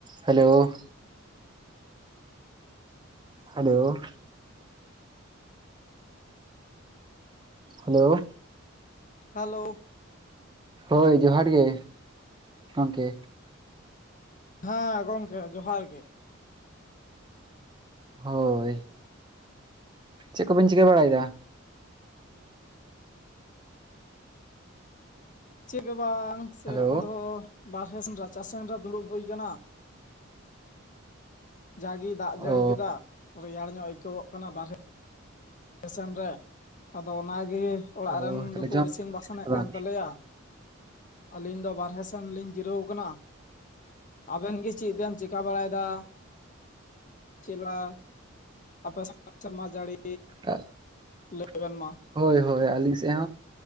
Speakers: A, on the right (about 20°); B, on the left (about 40°).
A: Hello! Hello! Hello!
B: Hello!
A: ᱦᱳᱭ ᱡᱚᱦᱟᱨ ᱜᱮ, ᱜᱚᱝᱠᱮ᱾
B: ᱦᱮᱸ ᱜᱚᱝᱠᱮ ᱡᱚᱦᱟᱨ ᱜᱮ᱾
A: ᱦᱳᱭ᱾ ᱪᱮᱫ ᱠᱚᱵᱮᱱ ᱪᱤᱠᱟᱹ ᱵᱟᱲᱟᱭᱮᱫᱟ?
B: ᱪᱮᱫ ᱜᱮ ᱵᱟᱝ ᱥᱮᱨᱚᱠᱚᱢ
A: ᱦᱮᱞᱳ
B: ᱫᱚ ᱵᱟᱨᱦᱮ ᱥᱮᱱ ᱨᱟᱪᱟ ᱥᱮᱱ ᱨᱮ ᱫᱩᱲᱩᱵ ᱦᱳᱭ ᱠᱟᱱᱟ᱾ ᱡᱟᱜᱮᱭ ᱫᱟᱜ ᱡᱟᱹᱲᱤ
A: ᱚ
B: ᱠᱮᱫᱟ, ᱨᱮᱭᱟᱲ ᱧᱚᱜ ᱟᱹᱭᱠᱟᱹᱣᱚᱜ ᱠᱟᱱᱟ ᱵᱟᱨᱦᱮ ᱥᱮᱱ ᱨᱮ, ᱟᱫᱚ ᱚᱱᱟᱜᱮ ᱚᱲᱟᱜ
A: ᱚ
B: ᱨᱮᱱ
A: ᱛᱟᱦᱚᱞᱮ
B: ᱫᱚᱠᱚ
A: ᱡᱚᱢ
B: ᱤᱥᱤᱱ ᱵᱟᱥᱟᱝᱮᱫ
A: ᱵᱟᱝ
B: ᱠᱟᱱ ᱛᱟᱞᱮᱭᱟ᱾ ᱟᱹᱞᱤᱧ ᱫᱚ ᱵᱟᱨᱦᱮ ᱥᱮᱱ ᱞᱤᱧ ᱡᱤᱨᱟᱹᱣ ᱟᱠᱟᱱᱟ᱾ ᱟᱵᱮᱱ ᱜᱮ ᱪᱮᱫ ᱵᱮᱱ ᱪᱤᱠᱟ ᱵᱟᱲᱟᱭᱮᱫᱟ? ᱪᱮᱞᱟ, ᱟᱯᱮ <inaudible> ᱥᱮᱨᱢᱟ ᱡᱟᱹᱲᱤ
A: <inaudible>
B: ᱞᱟᱹᱭ ᱵᱮᱱ ᱢᱟ᱾
A: ᱦᱳᱭ ᱦᱳᱭ ᱟᱹᱞᱤᱧ ᱥᱮᱫ ᱦᱚᱸ᱾